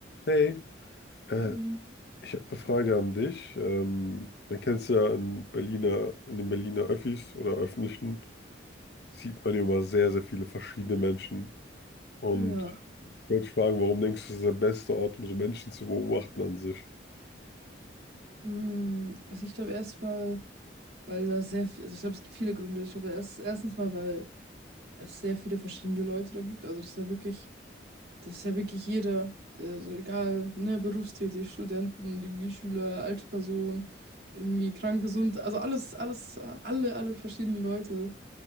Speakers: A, on the left (about 60°); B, on the right (about 55°).
A: Hey, äh,
B: Hi.
A: ich habe eine Frage an dich. Ähm, man kennt es ja in Berliner, in den Berliner Öffis oder öffentlichen, sieht man ja immer sehr, sehr viele verschiedene Menschen. Und
B: Ja,
A: ich wollte dich fragen, warum denkst du, das ist der beste Ort, um so Menschen zu beobachten an sich?
B: mm, also ich glaube erstmal, weil da sehr viel, also ich glaube, es gibt viele Gründe. Ich glaube, erst, erstens mal, weil es sehr viele verschiedene Leute da gibt. Also das ist ja wirklich, das ist ja wirklich jeder, der so egal, ne, berufstätig, Studenten, irgendwie Schüler, alte Person, irgendwie krank, gesund, also alles, alles, äh, alle, alle verschiedenen Leute.